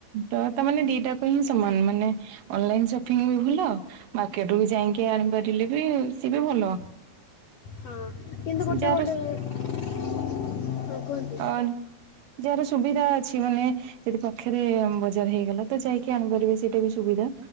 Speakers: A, on the right; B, on the left.
A: ଡଟ- ତା ମାନେ ଦିଟାକୁ ହିଁ ସମାନ ମାନେ ଅନଲାଇନ ସପିଙ୍ଗ ବି ଭଲ- ମାର୍କେଟରୁୁ ବି ଯାଇକି ଆଣିପାରିଲେ ବି ସିଏବି ଭଲ।
B: ହଁ କିନ୍ତୁ କଟେ-
A: ଚୋରସ <inaudible>
B: ହଁ କୁହନ୍ତୁ-
A: ଅ ଯାହାର ସୁବିଧା ଅଛି ମାନେ- ଯଦି ପାଖରେ ବଜାର ହେଇଗଲା ତ ଯାଇକି ଆଣିପାରିବେ ସେଇଟା ବି ସୁବିଧା।